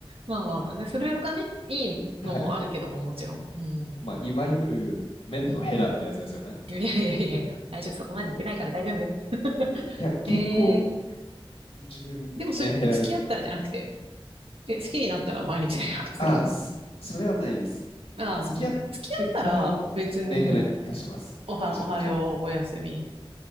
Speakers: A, on the right (about 75°); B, on the left (about 85°).
A: まあまあまあ。で、それがね、いいのもあるけども、
B: はい。
A: もちろん。うん。
B: まあ、いわゆる麺のヘラってやつですよね。
A: うん。いやいやいや、大丈夫、そこまで言ってないから大丈夫よ。<laughs>
B: いや、結構
A: ええ
B: 自分、
A: でもそれ、
B: メンヘラです。
A: 付き合ったらじゃなくて、え、好きになったら毎日連絡する。
B: ああ、
A: <laughs>
B: そそれはないです。
A: ああ、
B: 付き合ってからメンヘラに化します。
A: なるほどね。付き合ったら別に、おは、
B: めちゃめちゃ。
A: おはよう、おやすみ、